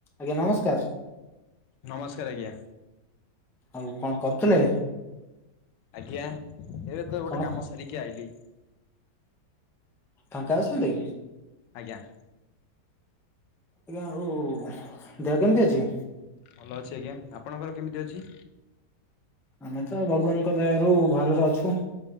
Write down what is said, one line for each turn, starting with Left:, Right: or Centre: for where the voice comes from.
Centre: ଆଜ୍ଞା ନମସ୍କାର।
Left: ନମସ୍କାର ଆଜ୍ଞା।
Centre: ଆଉ କଣ କରୁଥିଲେ।
Left: ଆଜ୍ଞା ଏବେ ତ ଗୋଟେ
Centre: କଣ
Left: କାମ ସାରିକି ଆଇଲି।
Centre: ଫାଙ୍କା ଅଛନ୍ତି?
Left: ଆଜ୍ଞା,
Centre: ଆଜ୍ଞା ଆଉ ଦେହ କେମିତି ଅଛି?
Left: ଭଲ ଅଛି ଆଜ୍ଞା ଆପଣଙ୍କର କେମିତି ଅଛି?
Centre: ଆମେ ତ ଭଗବାନଙ୍କ ଦୟା ରୁ ଭଲରେ ଅଛୁ।